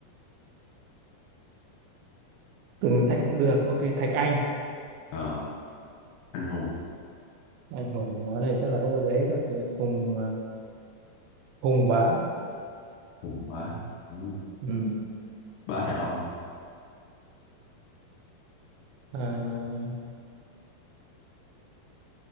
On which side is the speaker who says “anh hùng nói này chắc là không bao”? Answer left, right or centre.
Right